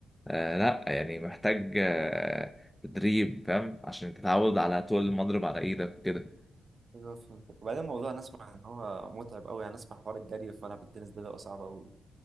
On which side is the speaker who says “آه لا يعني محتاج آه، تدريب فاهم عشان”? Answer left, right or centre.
Centre